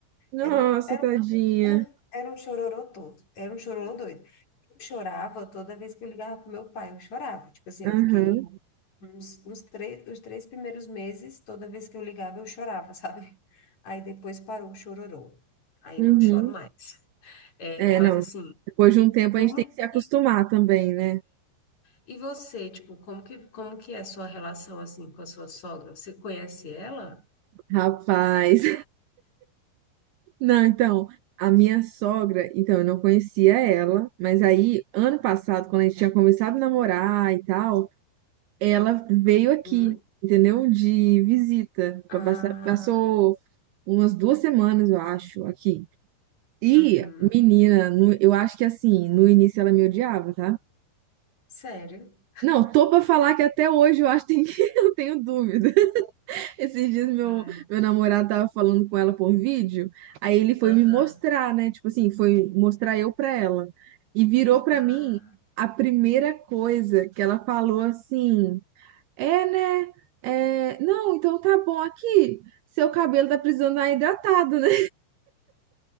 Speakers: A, on the right; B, on the left.
A: Nossa,
B: Era, um- era,
A: tadinha.
B: um- era um chororô todo, era um chororô doido. Eu chorava toda vez que eu ligava pro meu pai, eu chorava. Tipo assim,
A: Aham,
B: eu fiquei Uns, uns três, os três primeiros meses, toda vez que eu ligava, eu chorava, <laughs> sabe? Aí depois parou o chororô. Aí
A: uhum.
B: não choro mais. É,
A: É,
B: mas
A: não.
B: assim,
A: Depois de um tempo
B: como
A: a gente tem que se acostumar
B: que,
A: também, né?
B: e você, tipo, como que, como que é a sua relação assim com a sua sogra? Você conhece ela?
A: Rapaz. Não, então, a minha sogra, então, eu não conhecia ela, mas aí, ano passado, quando a gente tinha começado a namorar e tal, ela veio aqui,
B: Hum?
A: entendeu? De visita.
B: Ah,
A: pra passar- Passou umas duas semanas, eu acho, aqui. E,
B: uhum.
A: menina, no- eu acho que assim, no início ela me odiava, tá?
B: Sério?
A: Não, tô pra falar que até hoje eu acho que <laughs> eu tenho dúvida. Esses dias meu,
B: Ai,
A: meu namorado tava falando com ela por vídeo, aí ele foi
B: aham.
A: me mostrar, né? Tipo assim, foi mostrar eu pra ela. E virou pra
B: Ah,
A: mim a primeira coisa que ela falou assim: É, né? É, não, então tá bom aqui. Seu cabelo tá precisando dar hidratado, né?